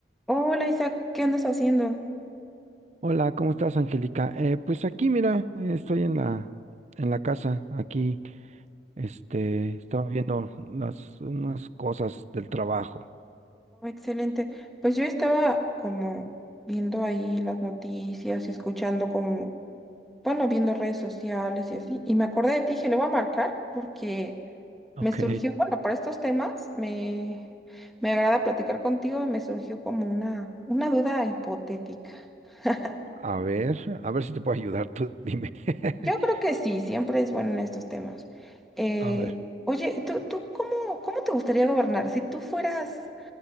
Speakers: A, in the centre; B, on the right (about 40°).
A: Hola Isaac, ¿qué andas haciendo?
B: Hola, ¿cómo estás, Angélica? Eh, pues aquí, mira, eh, estoy en la, en la casa, aquí, este, estaba viendo las, unas cosas del trabajo.
A: Oh, excelente. Pues yo estaba como viendo ahí las noticias y escuchando como, bueno, viendo redes sociales y así. Y me acordé de ti, dije, le voy a marcar porque
B: Ok.
A: me surgió, bueno, para estos temas me, me agrada platicar contigo y me surgió como una, una duda hipotética. <laughs>
B: A ver, a ver si te puedo ayudar, tú dime. <laughs>
A: Yo creo que sí, siempre es bueno en estos temas. Eh,
B: A ver,
A: oye, ¿tú, tú cómo, cómo te gustaría gobernar? Si tú fueras...